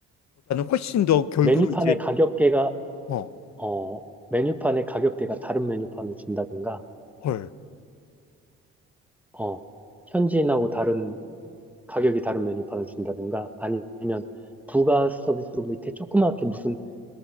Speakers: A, on the left; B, in the centre.
A: 훨씬 더 결국은
B: 메뉴판의
A: 이제
B: 가격대가
A: 어,
B: 어, 메뉴판의 가격대가 다른 메뉴판을 준다든가,
A: 헐.
B: 어, 현지인하고 다른, 가격이 다른 메뉴판을 준다든가, 아니면 부가 서비스로 밑에 조그맣게 무슨